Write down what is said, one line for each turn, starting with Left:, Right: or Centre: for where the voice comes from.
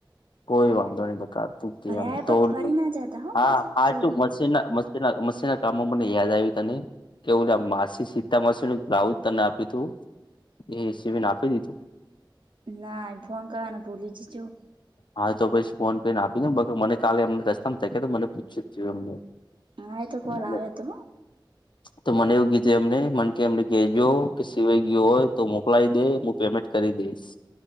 Left: કોઈ વાંધો નહી બકાર તું કેમ
Right: આયા
Left: તો
Right: પહી ફરી ના જતા હો
Left: હા
Right: પાછા
Left: હા
Right: જો
Left: મી મ મીનના કામો મને યાદ આવ્યું ત ને કેવું માસી સીતા માસીનુંું બ્લાઉઝ તને આપી તું એ સને આપી દીધું
Right: ના એ ફોન કરવાને ભૂલી જ છું
Left: હા તો પછી ફોન પે ને આપીને બર મને કાલે અમને રસ્તામાં થ ગ તો મને પૂછ્યું જ થયું એમને
Right: હા એ તો કોલ
Left: મને
Right: આવે તો
Left: <inaudible> તો મને એવું કીધું એમને મને કે એમને કહેજો કે સિવાય ગયો હોય તો મોકલાય દે પેમેન્ટ કરી દઈશ